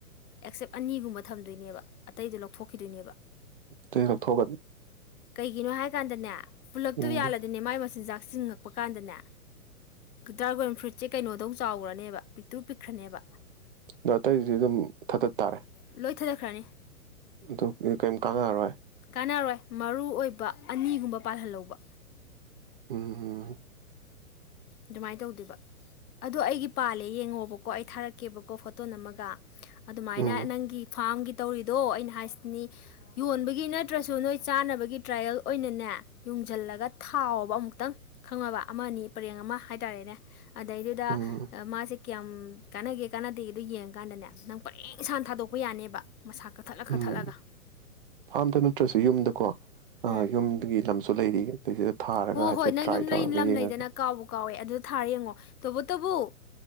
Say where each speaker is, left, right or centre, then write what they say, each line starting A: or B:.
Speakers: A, on the left (about 80°); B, on the right (about 40°).
A: ꯑꯦꯛꯁꯦꯞ ꯑꯅꯤꯒꯨꯝꯕ ꯊꯝꯗꯣꯏꯅꯦꯕ ꯑꯇꯩꯗꯣ ꯂꯧꯊꯣꯛꯈꯤꯗꯣꯏꯅꯦꯕ
B: ꯑꯇꯩ ꯂꯧꯊꯣꯛꯑꯒ
A: ꯀꯩꯒꯤꯅꯣ ꯍꯥꯏ ꯀꯥꯟꯗꯅꯦ ꯄꯨꯜꯂꯞꯇꯨ
B: ꯎꯝ
A: ꯌꯥꯜꯂꯗꯤꯅꯦ ꯃꯥꯏ ꯃꯆꯤꯟꯖꯥꯛ ꯆꯤꯡꯉꯛꯄ ꯀꯥꯟꯗꯅꯦ ꯗ꯭ꯔꯥꯒꯣꯟ ꯐ꯭ꯔꯨꯏꯠꯁꯦ ꯀꯩꯅꯣꯗꯧ ꯆꯥꯎꯒ꯭ꯔꯅꯦꯕ ꯄꯤꯛꯇ꯭ꯔꯨ ꯄꯤꯛꯈ꯭ꯔꯅꯦꯕ
B: ꯑꯗꯣ ꯑꯇꯩꯗꯨꯗꯤ ꯑꯗꯨꯝ ꯊꯥꯗꯠ ꯇꯥꯔꯦ
A: ꯂꯣꯏ ꯊꯗꯠꯈ꯭ꯔꯅꯤ
B: ꯑꯗꯨ ꯀꯩꯝ ꯀꯥꯟꯅꯔꯔꯣꯏ
A: ꯀꯥꯟꯅꯔꯣꯏ ꯃꯔꯨ ꯑꯣꯏꯕ ꯑꯅꯤꯒꯨꯝꯕ ꯄꯥꯜꯍꯜꯍꯧꯕ
B: ꯎꯝ ꯍꯨꯝ ꯍꯨꯝ
A: ꯑꯗꯨꯃꯥꯏꯅ ꯇꯧꯗꫭꯏꯕ ꯑꯗꯣ ꯑꯩꯒꯤ ꯄꯥꯜꯂꯦ ꯌꯦꯡꯉꯣꯕꯀꯣ ꯑꯩ ꯊꯥꯔꯛꯀꯦꯕꯀꯣ ꯐꯣꯇꯣ ꯅꯝꯃꯒ ꯑꯗꯨꯃꯥꯏꯅ
B: ꯎꯝ
A: ꯅꯪꯒꯤ ꯐꯥꯔꯝꯒꯤ ꯇꯧꯔꯤꯗꯣ ꯑꯩꯅ ꯍꯥꯏꯁꯤꯅꯤ ꯌꯣꯟꯕꯒꯤ ꯅꯠꯇ꯭ꯔꯁꯨ ꯅꯣꯏ ꯆꯥꯅꯕꯒꯤ ꯇ꯭ꯔꯥꯏꯌꯦꯜ ꯑꯣꯏꯅꯅꯦ ꯌꯨꯡꯁꯤꯜꯂꯒ ꯊꯥꯎꯕ ꯑꯃꯨꯛꯇꯪ ꯈꯪꯉꯕ ꯑꯃꯅꯤ ꯄꯔꯦꯡ ꯑꯃ ꯍꯥꯏꯇꯥꯔꯦꯅꯦ ꯑꯗꯩꯗꯨꯗ
B: ꯎꯝ
A: ꯃꯥꯁꯤ ꯀꯌꯥꯝ ꯀꯥꯟꯅꯒꯦ ꯀꯥꯟꯅꯗꯦꯗꯨ ꯌꯦꯡꯉꯅꯦ ꯅꯪ ꯄꯔꯦꯡ ꯁꯥꯟ ꯊꯥꯗꯣꯛꯄ ꯌꯥꯅꯦꯕ ꯃꯁꯥ ꯀꯛꯊꯠꯂ ꯀꯛꯊꯠꯂꯒ
B: ꯎꯝ ꯐꯥꯝꯗ ꯅꯠꯇ꯭ꯔꯁꯨ ꯌꯨꯝꯗꯀꯣ
A: ꯎꯝ
B: ꯑ ꯌꯨꯝꯗꯒꯤ ꯂꯝꯁꯨ ꯂꯩꯔꯤ ꯑꯗꯨꯗꯩꯁꯤꯗ ꯊꯥꯔꯒ
A: ꯍꯣꯏ
B: ꯍꯥꯏꯐꯦꯠ
A: ꯅꯪ
B: ꯇ꯭ꯔꯥꯏ
A: ꯌꯨꯝ ꯂꯩ
B: ꯇꯧꯔꯒ
A: ꯂꯝ
B: ꯌꯦꯡꯉꯒꯦ
A: ꯂꯩꯗꯅ ꯀꯥꯎꯕ ꯀꯥꯎꯋꯦ ꯍꯣꯏ ꯑꯗꯨ ꯊꯥꯔ ꯌꯦꯡꯉꯣ ꯇꯧꯕ ꯇꯕꯨ